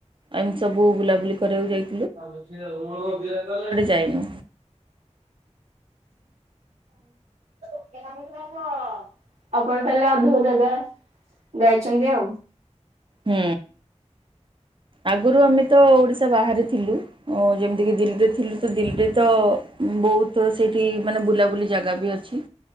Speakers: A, on the right; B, on the right.
A: ଏମିତି ସବୁ ବୁଲାବୁଲି କରିବାକୁ ଯାଇ
B: ଆଉ ଅଛି ଭଲ <unintelligible>
A: ଯାଇନୁ
B: ହଁ। ଆପଣ ତାହେଲେ ଅଧିକ ଜାଗା ଯାଇଛନ୍ତି ଆଉ।
A: ହୁଁ। ଆଗରୁ ଆମେ ତ ଓଡ଼ିଶା ବାହାରେ ଥିଲୁ। ଯେମିତିକି ଦିଲ୍ଲୀରେ ଥିଲୁ ତ ଦିଲ୍ଲୀରେ ତ ବହୁତ ସେଇଠି ମାନେ ବୁଲାବୁଲି ଜାଗା ବି ଅଛି।